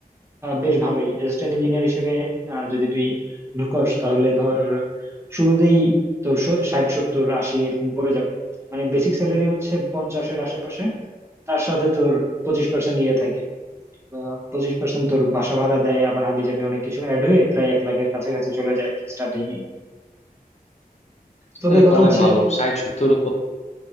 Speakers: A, on the right; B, on the left.
A: বেশ ভালোই অ্যাসিস্ট্যান্ট ইঞ্জিনিয়ার হিসেবে আহ, যদি তুই ঢুকস তাহলে ধর শুরুতেই তোর ষাট সত্তর আশি এরকম পড়ে যাবে মানে বেসিক স্যালারি হচ্ছে পঞ্চাশের আশেপাশে তার সাথে তোর পঁচিশ পার্সেন্ট ইয়ে থাকে পঁচিশ পার্সেন্ট তোর বাসা ভাড়া দেয় আবার হাবি জাবি অনেক কিছু অ্যাড হয়ে প্রায় এক লাখের কাছাকাছি চলে যায় স্টার্টিং
B: <laughs>
A: তবে কথা
B: তো অনেক
A: হচ্ছে
B: ভালো ষাট সত্তর তো